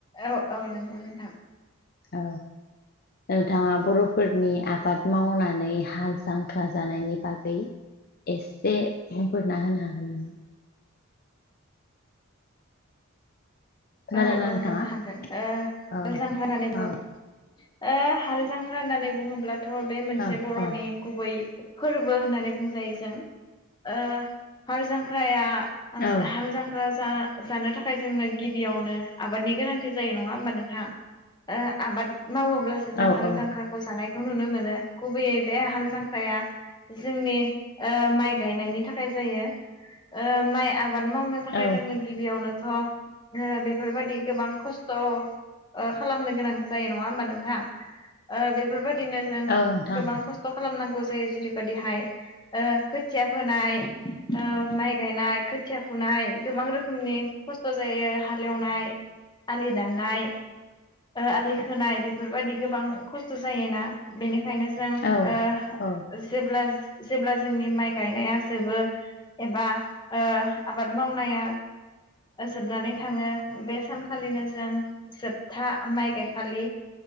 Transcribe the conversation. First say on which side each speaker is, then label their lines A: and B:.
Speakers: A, on the left; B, on the left.
A: औ औ नोंगौ नोंथां
B: औ नोंथाङा बर'फोरनि आबाद मावनानै हाल जांख्रा जानायनि बागै एसे बुंफोरना होनो हागोन नामा खोनादोंना
A: औ औ
B: नोंथाङा
A: नोंथां हागोन ओ
B: औ
A: नांगोल जांख्रा हानानै
B: औ
A: बुङो ओ हाल जांख्रा होननानै बुङोब्लाथ' बे मोनसे
B: औ
A: बर'नि
B: औ
A: गुबै फोरबो होननानै बुंजायो जों ओ हाल जांख्राया ओज
B: औ
A: हाल जांख्रा‌ जा जानो थाखाय जोंनो गिबियावनो आबादनि गोनांथि जायो नङा होमबा नोंथां ओ आबाद मावोब्लासो जों
B: औ
A: हाल
B: औ
A: जांख्राखौ जानाय खौ नुनो मोनो गुबैयै बे हाल जांख्राया जोंनि ओ माइ गायनायनि थाखाय जायो ओ माइ आब बाद मावनो थाखाय
B: औ
A: जोंनो गिबियावनोथ' ओ बेफोरबादि गोब बां खस्थ' ओ खालामनो गोनां जायो नङा हबा नोंथां ओ बेफार बादिनो जों
B: औ नोंथां
A: गोबां खस्थ' खालामनांगौ जायो जेरैबायदिहाय ओ खोथिया फोनाय ओ माइ गायनाय खोथिया फुनाय गोबां रोखोमनि खस्थ' जायो हालेवनाय आलि दाननाय ओ आलि खोनाय बेफोरबायदि गोबां खस्थ' जायोना बेनि खायनो जों
B: औ
A: ओ
B: औ
A: जेब्ला जेब्ला जोंनि माइ गायनाया जोबो एबा ओ आबाद मावनाया जोबनानै थाङो बे सानखालिनो जों जोबथा माइ गायखालि